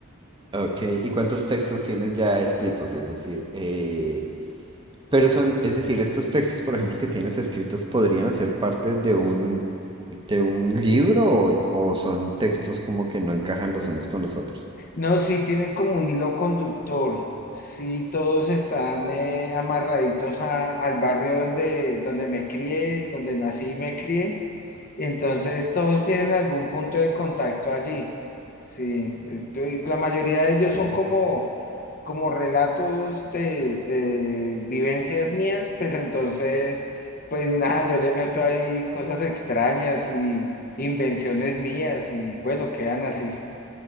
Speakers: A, on the right; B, on the left.
A: Ok, ¿y cuántos textos tienes ya escritos? Es decir, eh, Pero son, es decir, estos textos, por ejemplo, que tienes escritos, ¿podrían hacer parte de un, de un libro o, o son textos como que no encajan los unos con los otros?
B: No, sí tienen como un hilo conductor, sí todos están eh, amarraditos a- al barrio donde, donde me crié, donde nací y me crié, entonces todos tienen algún punto de contacto allí, sí, eh, yo- y la mayoría de ellos
A: Okay.
B: son como, como relatos de, de vivencias mías, pero entonces, pues nada, yo le meto ahí cosas extrañas y invenciones mías y bueno, quedan así.